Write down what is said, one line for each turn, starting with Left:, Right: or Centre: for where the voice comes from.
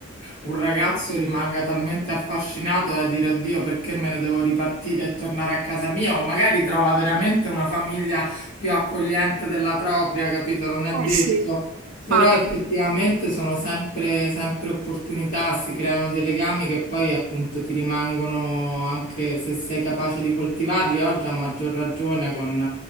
Left: un ragazzo rimanga talmente affascinato da dire oddio, perché me ne devo ripartire e tornare a casa mia? O magari trova veramente una famiglia più accogliente della propria, capito? Non è detto.
Right: eh sì, infatti.
Left: Però effettivamente sono sempre, sempre opportunità, si creano dei legami che poi appunto ti rimangono anche se sei capace di coltivarli. Oggi a maggior ragione con,